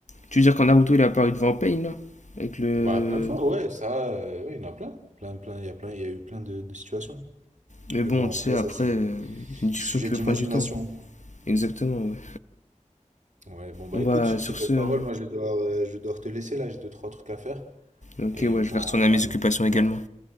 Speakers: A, on the left; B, on the right.
A: Tu veux dire qu'en Naruto il est apparu devant Pain là Avec le.
B: Bah, plein de fois, ouais, ça, euh, ouais, il y en a plein. Plein, plein, il y a plein, il y a eu plein de, de situations.
A: Mais bon,
B: Mais bon,
A: tu
B: après,
A: sais, après,
B: ça, c'est
A: euh, c'est une discussion
B: sujet
A: qui peut
B: d'imagination.
A: prendre du temps. Exactement, ouais.
B: Ouais, bon, bah
A: On va
B: écoute, sur
A: sur
B: ces belles
A: ce. hein.
B: paroles, moi, je vais devoir, euh, je vais devoir te laisser là, j'ai deux, trois trucs à faire
A: Ok,
B: et
A: ouais,
B: on
A: je
B: pourra
A: vais retourner
B: en reparler
A: à mes occupations
B: une prochaine
A: également.
B: fois.